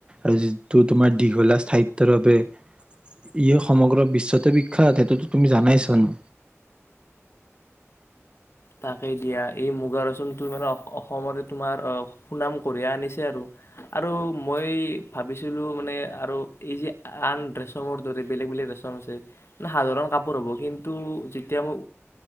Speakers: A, on the right; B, on the left.
A: আৰু যিটো তোমাৰ দীঘলা স্থায়িত্বৰ বাবে ই সমগ্ৰ বিশ্বতে বিখ্যাত সেইটোতো তুমি জনাইছোন!
B: তাকে দিয়া এই মুগা ৰেচমটো মানে অসমৰে তোমাৰ সুনাম কঢ়িয়াই আনিছে আৰু-আৰু মই ভাবিছিলো মানে আৰু এই যে আন ডৰেচমৰ দৰে বেলেগ বেলেগ ৰেচম আছে মে সাধাৰণ কাপোৰ হ'ব কিন্তু যেতিয়া মই